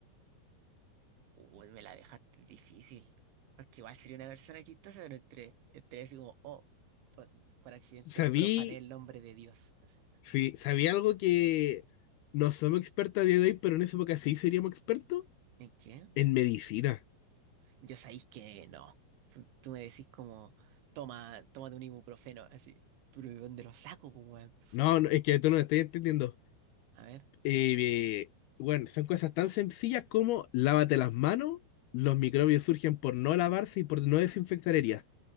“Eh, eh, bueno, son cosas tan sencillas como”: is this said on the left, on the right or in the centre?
Left